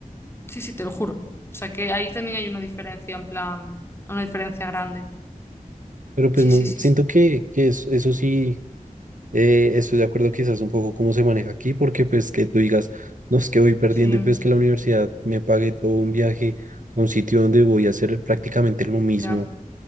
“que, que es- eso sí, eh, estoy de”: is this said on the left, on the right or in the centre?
Right